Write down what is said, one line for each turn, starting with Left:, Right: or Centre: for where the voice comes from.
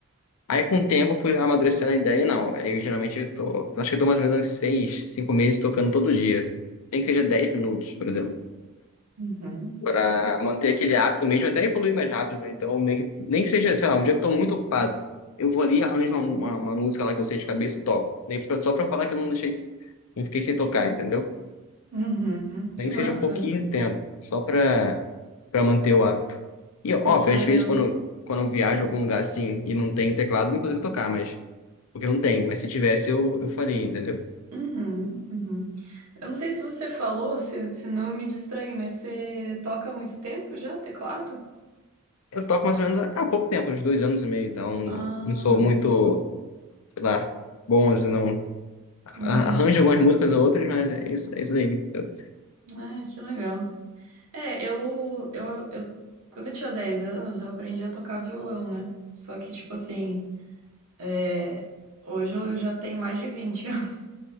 Left: Aí, com o tempo, eu fui amadurecendo a ideia e não. Aí, eu geralmente eu tô, acho que eu tô mais ou menos uns seis, cinco meses tocando todo dia. Nem que seja dez minutos, por exemplo
Right: Uhum.
Left: para manter aquele hábito mesmo, até evoluir mais rápido, né? Então, meio que- nem que seja, sei lá, um dia que eu tô muito ocupado, eu vou ali arranjo uma, uma, uma música lá que eu sei de cabeça e toco. Nem fica só para falar que eu não deixei, não fiquei sem tocar, entendeu?
Right: Uhum. Que
Left: Nem
Right: massa.
Left: que seja um pouquinho de tempo, só para para manter o hábito. E, óbvio,
Right: Pô, que legal.
Left: às vezes quando, quando eu viajo a algum lugar assim e não tem teclado, eu não consigo tocar, mas, porque não tem, mas se tivesse eu, eu faria, entendeu?
Right: Uhum. Uhum. Eu não sei se você falou, se, se não eu me distraí, mas você toca há muito tempo já, teclado?
Left: Eu toco mais ou menos há pouco tempo, uns dois anos e meio, então
Right: Ah,
Left: não, não sou muito, sei lá, bom assim, não. Arranjo
Right: uhum.
Left: algumas músicas ou outras, mas é isso, é isso aí. Eu,
Right: Ah, que legal. É, eu, eu, eu, quando eu tinha 10 anos, eu aprendi a tocar violão, né? Só que, tipo assim, é, hoje eu já tenho mais de 20 <laughs> anos.